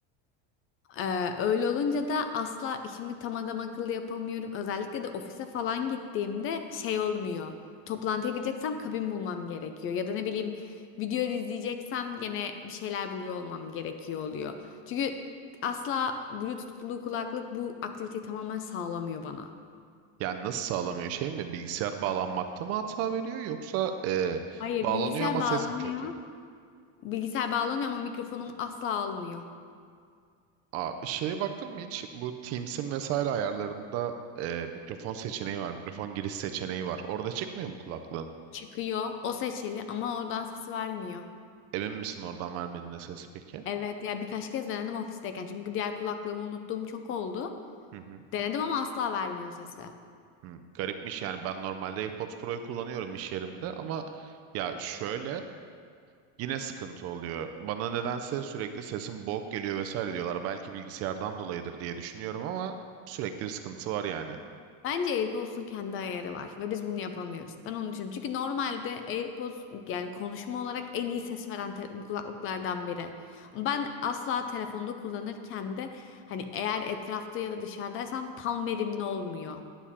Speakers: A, on the left (about 35°); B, on the right (about 45°).
A: Ee, öyle olunca da asla işimi tam adam akıllı yapamıyorum. Özellikle de ofise falan gittiğimde şey olmuyor. Toplantıya gideceksem kabin bulmam gerekiyor. Ya da ne bileyim video izleyeceksem gene bir şeyler buluyor olmam gerekiyor oluyor. Çünkü asla Bluetooth'lu kulaklık bu aktiviteyi tamamen sağlamıyor bana.
B: Yani nasıl sağlamıyor şey mi? Bilgisayar bağlanmakta mı hata veriyor yoksa e,
A: Hayır,
B: bağlanıyor
A: bilgisayar
B: ama
A: bağlanıyor.
B: ses mi kötü?
A: Bilgisayar bağlanıyor ama mikrofonum asla almıyor.
B: Aa, şeye baktın mı hiç? Bu Teams'in vesaire ayarlarında e, mikrofon seçeneği var. Mikrofon giriş seçeneği var. Orada çıkmıyor mu kulaklığın?
A: Çıkıyor, o seçili ama oradan sesi vermiyor.
B: Emin misin oradan vermediğine sesi peki?
A: Evet ya birkaç kez denedim ofisteyken çünkü diğer kulaklığımı unuttuğum çok oldu.
B: Hı hı.
A: Denedim ama asla vermiyor sesi.
B: Hı. Garipmiş yani ben normalde AirPods Pro'yu kullanıyorum iş yerimde ama ya şöyle Yine sıkıntı oluyor. Bana nedense sürekli sesim boğuk geliyor vesaire diyorlar. Belki bilgisayardan dolayıdır diye düşünüyorum ama sürekli bir sıkıntı var yani.
A: Bence AirPods'un kendi ayarı var ve biz bunu yapamıyoruz. Ben onu düşünüyorum. Çünkü normalde AirPods yani konuşma olarak en iyi ses veren te- kulaklıklardan biri. Ben asla telefonda kullanırken de hani eğer etrafta ya da dışarıdaysam tam verimli olmuyor.